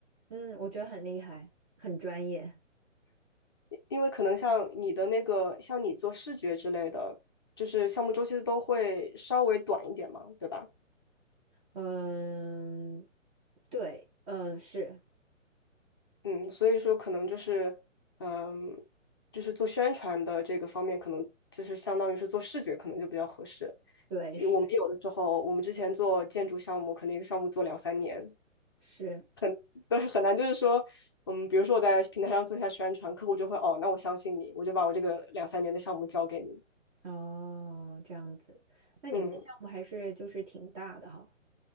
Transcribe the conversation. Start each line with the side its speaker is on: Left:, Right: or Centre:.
Right: 嗯，我觉得很厉害，很专业。
Left: 因为可能像你的那个，像你做视觉之类的，就是项目周期都会稍微短一点嘛，对吧？
Right: 嗯，对，呃，是，
Left: 嗯，所以说可能就是，嗯，就是做宣传的这个方面，可能就是相当于是做视觉，可能就比较合适。
Right: 对，
Left: 其实我们有的时候，
Right: 是
Left: 我们之前做建筑项目，可能一个项目做两三年，
Right: 是。
Left: <laughs> 对，很难就是说，嗯，比如说我在平台上做一下宣传，客户就会哦，那我相信你，我就把我这个两三年的项目交给你，
Right: 哦，这样子，那你们的项目还是就是挺大的哈。
Left: 嗯。